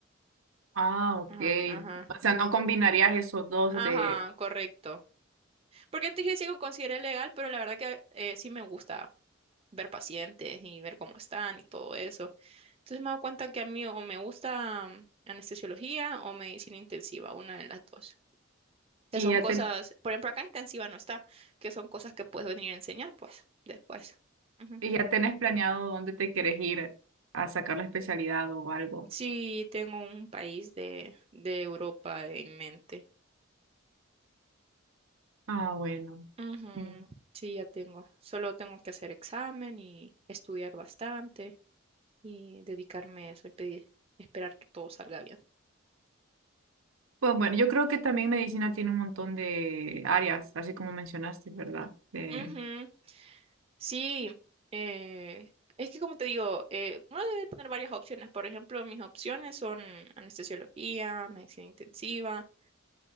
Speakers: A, on the right; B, on the right.
A: Ah, ok.
B: Ajá, ajá.
A: O sea, no combinarías esos dos
B: Ajá,
A: de,
B: correcto. Porque antes yo decía que lo consideré legal, pero la verdad que eh, sí me gusta ver pacientes y ver cómo están y todo eso. Entonces me he dado cuenta que a mí o me gusta mm, anestesiología o medicina intensiva, una de las dos. Que
A: y
B: son
A: ya
B: cosas,
A: ten-
B: por ejemplo, acá intensiva no está, que son cosas que puedes venir a enseñar, pues, después. Ujú.
A: y ya tenés planeado dónde te quieres ir a sacar la especialidad o algo.
B: Sí, tengo un país de, de Europa en mente.
A: Ah, bueno.
B: Ujú,
A: sí.
B: Sí, ya tengo. Solo tengo que hacer examen y estudiar bastante y dedicarme a eso y pedir, esperar que todo salga bien.
A: Pues bueno, yo creo que también medicina tiene un montón de áreas, así como mencionaste, ¿verdad? Eh,
B: Ujú, Sí, eh, es que como te digo, eh, uno debe tener varias opciones. Por ejemplo, mis opciones son anestesiología, medicina intensiva.